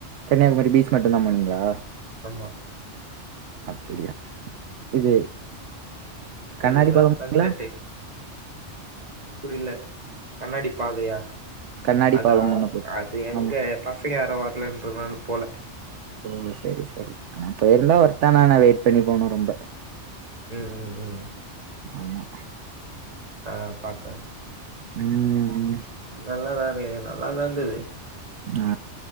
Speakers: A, on the right (about 75°); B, on the right (about 35°).
A: கன்னியாகுமரி பீச் மட்டுந்தா போனீங்ளா
B: ஆமா
A: அப்பிடியா இது கண்ணாடி
B: இதுதா
A: பாலம்ங்களா?
B: சன்செட்டு புரில கண்ணாடி பாதையா
A: கண்ணாடி
B: அதா
A: பாலம் ஒண்ணு போட்டு
B: அது எங்க
A: ஆமா.
B: பசங்க யாரு வர்லன் சொன்னனால போல
A: ஓ சேரி சேரி ஆனா போயிருந்தா ஒர்த்தான ஆனா வெயிட் பண்ணி போனு ரொம்ப
B: ம் ம் ம்
A: ஆமா
B: ஆ பாத்தே
A: ம் ம்
B: நல்லாதாரு நல்லாதாருந்தது
A: ஆ